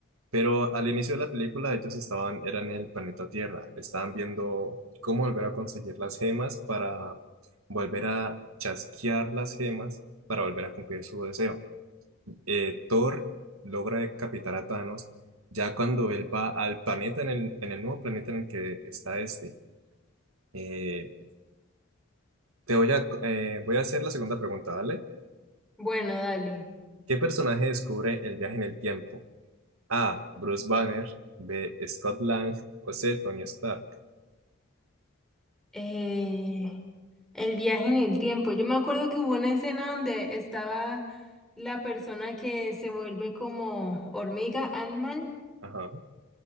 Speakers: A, on the right; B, in the centre.
A: Pero al inicio de la película ellos estaban, eran en el planeta Tierra, estaban viendo cómo volver a conseguir las gemas para volver a chasquear las gemas para volver a cumplir su deseo. Eh, Thor logra decapitar a Thanos ya cuando él va al planeta, en el, en el nuevo planeta en el que está este. Eh, te voy a, eh, voy a hacer la segunda pregunta, ¿vale?
B: Bueno, dale.
A: ¿Qué personaje descubre el viaje en el tiempo? A. Bruce Banner, B. Scott Lang o C. Tony Stark.
B: Eh, el viaje en el tiempo. Yo me acuerdo que hubo una escena donde estaba la persona que se vuelve como hormiga, Ant-Man.
A: Ajá.